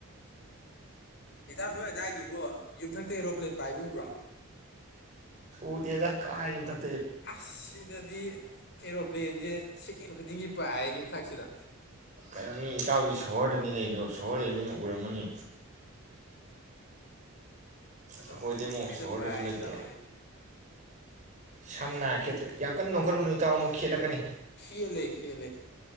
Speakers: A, on the left; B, on the right.
A: ꯏꯇꯥꯎ ꯅꯣꯏ ꯑꯗꯨꯋꯥꯏꯗꯨꯕꯣ ꯌꯨꯝꯊꯛꯇ ꯑꯦꯔꯣꯄ꯭ꯂꯦꯟ ꯄꯥꯏꯕ ꯎꯕ꯭ꯔꯣ
B: ꯎꯗꯦꯗ ꯀꯥꯏ ꯌꯨꯝꯊꯛꯇꯅꯣ
A: ꯑꯁ ꯁꯤꯗꯗꯤ ꯑꯦꯔꯣꯄ꯭ꯂꯦꯟꯁꯦ ꯁꯦꯀꯦꯟ ꯈꯨꯗꯤꯡꯒꯤ ꯄꯥꯏꯌꯦ ꯌꯨꯝꯊꯛꯁꯤꯗ
B: ꯀꯩꯅꯣꯅꯤ ꯏꯇꯥꯎꯗꯤ ꯁꯣꯍꯣꯔꯗꯅꯤ ꯂꯩꯗꯣ ꯁꯣꯍꯣꯔ ꯂꯩꯕꯅꯤꯅ ꯎꯔꯝꯃꯅꯤ
A: ꯑꯗꯨꯝ
B: ꯑꯩꯈꯣꯏꯗꯤ
A: ꯄꯪꯄꯥꯏꯗ
B: ꯑꯃꯨꯛ ꯁꯣꯍꯣꯔꯗꯁꯨ
A: ꯄꯥꯏ
B: ꯂꯩꯇꯦ
A: ꯇꯧꯔꯤꯁꯦ
B: ꯁꯝꯅ ꯈꯦꯠꯇ꯭ꯔꯥ ꯌꯥꯝ ꯀꯟꯅ ꯅꯣꯛꯈꯠꯂꯨꯅꯨ ꯏꯇꯥꯎ ꯑꯃꯨꯛ ꯈꯦꯠꯂꯛꯀꯅꯤ
A: ꯈꯦꯠꯂꯦ ꯈꯦꯠꯂꯦ